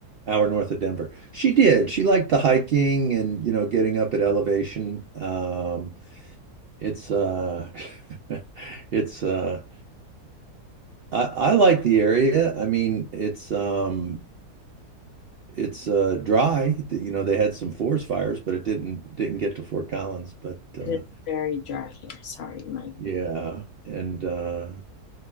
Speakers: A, on the right (about 65°); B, on the left (about 85°).
A: hour north of Denver. She did. She liked the hiking and you know getting up at elevation. Um, it's uh, <laughs> it's uh, I, I like the area. I mean, it's um it's uh dry. Th- You know, they had some forest fires, but it didn't didn't get to Fort Collins. But
B: It
A: uh
B: is very dry here. Sorry, Mike.
A: yeah, and uh